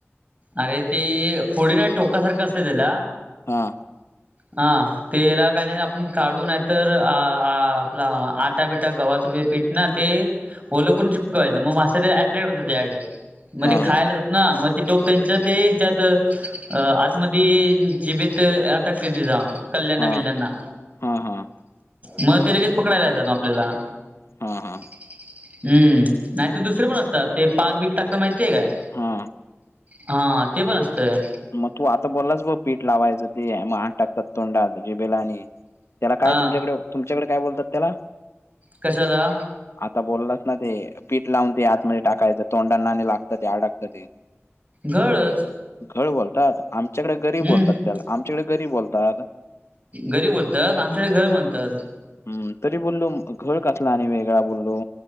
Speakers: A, on the right; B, on the left.
A: अरे ती पुढे नाही टोका सारखं असते त्याला.
B: हा.
A: हा. तेला काही नाही आपण काढू नाही तर अ आपला आटा बिटा गव्हाचं पीठ ना ते. ओल करून चिपकायचं मग मा्या अट्रॅक्ट होत त्याडे मग
B: हा
A: ते खायला
B: हा
A: जात ना मग ते टोक त्यांच ते ह्याच्यात आतमध्ये जिबेत अटकते ते जाऊन. कल्याणना
B: हा
A: विल्यांना
B: हा हा
A: मग ते लगेच पकडायला लाात आपल्याला.
B: हा हा.
A: हम्म नाही तर दुसरे पण असतात ते पाक बीक टाकता माहितीय काय.
B: हा.
A: हा ते पण असतंय.
B: मग तू आता बोललास ब पीठ लावायचं ते म टाकतात तोंडात जिबेला आणि त्याला काय
A: हा
B: तुमच्याकडे तुमच्याकडे काय बोलतात त्याला.
A: कशाला.
B: आता बोललाच ना ते पीठ लावून ते आतमध्ये टाकायचं तोंडा नाणे लागतं ते अडकतं ते.
A: घळच.
B: घळ बोलतात आमच्याकडे गरीब
A: हम्म
B: बोलतात त्याला आमच्याकडे गरी बोलतात.
A: घरी बोलतात आमच्याकडे घळ म्हणतात.
B: हम् तरी बोललो घळ कसला आणि वेगळा बोललो.